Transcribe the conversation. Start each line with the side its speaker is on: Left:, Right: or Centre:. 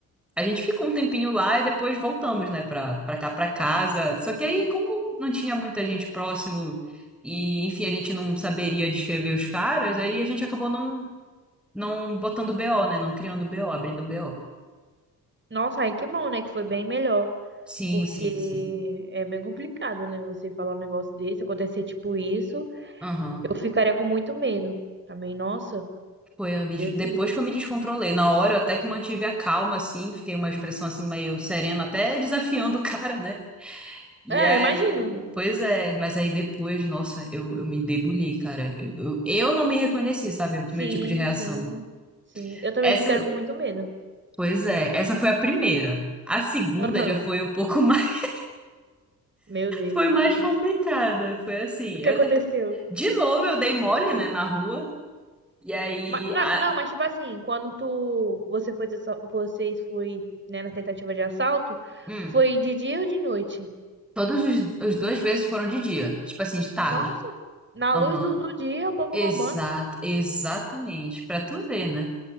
Centre: a gente ficou um tempinho lá e depois voltamos, né, Para para cá para casa. Só que aí como não tinha muita gente próximo e enfim, a gente não saberia descrever os caras, aí a gente acabou não não botando BO, né? Não criando BO, abrindo BO.
Right: Nossa, aí que bom, né? Que foi bem melhor.
Centre: Sim,
Right: Porque
Centre: sim, sim.
Right: é bem complicado, né? Você falar um negócio desse, acontecer tipo isso,
Centre: Aham.
Right: eu ficaria com muito medo. Também, nossa,
Centre: Foi eu me
Right: Deus
Centre: de- depois
Right: me livre.
Centre: que eu me descontrolei. Na hora eu até que mantive a calma, assim, fiquei uma expressão assim meio serena, até desafiando o cara, né? E
Right: É,
Centre: aí,
Right: eu imagino.
Centre: pois é, mas aí depois, nossa, eu, eu me debulhei, cara. Eu, eu, eu não me reconheci, sabe? Do
Right: Sim,
Centre: meu tipo de reação.
Right: sim, sim. Eu também
Centre: Essa,
Right: ficaria com muito medo.
Centre: pois é, essa foi a primeira. A segunda
Right: Aham.
Centre: já foi um pouco <laughs> mais,
Right: Meu Deus.
Centre: foi mais complicada. Foi assim,
Right: O que
Centre: eu-
Right: aconteceu?
Centre: de novo eu dei mole, né, na rua. E aí,
Right: Ma- na-
Centre: a,
Right: não, mas tipo assim, quando tu, você foi, assa- vocês foi, né, na tentativa de assalto,
Centre: hum,
Right: foi de dia ou de noite?
Centre: todos os, os dois vezes foram de dia, tipo assim, de tarde.
Right: Nossa, na
Centre: Aham.
Right: luz do, do dia, o povo
Centre: Exato,
Right: roubando.
Centre: exatamente. Pra tu ver, né?